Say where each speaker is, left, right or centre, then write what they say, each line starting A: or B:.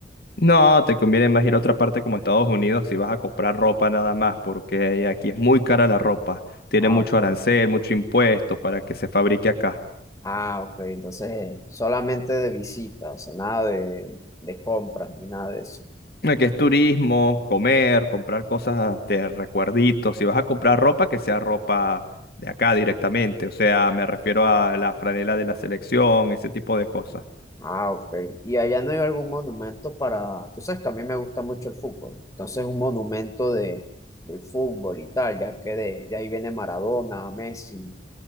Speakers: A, on the left; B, on the left.
A: No, te conviene más ir a otra parte como Estados Unidos si vas a comprar ropa nada más, porque aquí es muy cara la ropa, tiene
B: Ah,
A: mucho
B: ok.
A: arancel, mucho impuesto para que se fabrique acá.
B: Ah, ok. Entonces, eh, solamente de visita, o sea, nada de, de compras ni nada de eso.
A: Eh, que es turismo, comer, comprar cosas de recuerditos. Si vas a comprar ropa, que sea ropa de acá directamente. O sea, me refiero a la franela de la selección, ese tipo de cosas.
B: Ah, ok. Y allá no hay algún monumento para. Tú sabes que a mí me gusta mucho el fútbol. Entonces, un monumento de, del fútbol y tal, ya que de, de ahí viene Maradona, Messi.